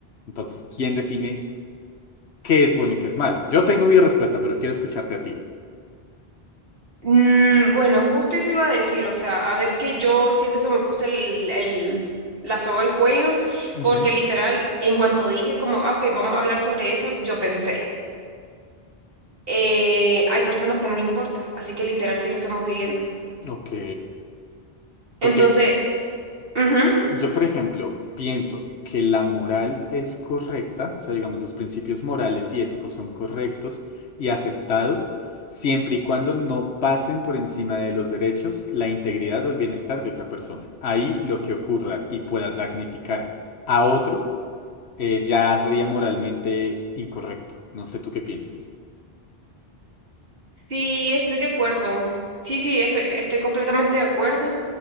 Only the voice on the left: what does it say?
Entonces, ¿quién define qué es bueno y qué es malo? Yo tengo mi respuesta, pero quiero escucharte a ti.
Ujú,
Ok. Porque
Yo, por ejemplo, pienso que la moral es correcta, o sea, digamos, los principios morales y éticos son correctos y aceptados siempre y cuando no pasen por encima de los derechos, la integridad o el bienestar de otra persona. Ahí lo que ocurra y pueda damnificar a otro eh, ya sería moralmente incorrecto. No sé tú qué piensas.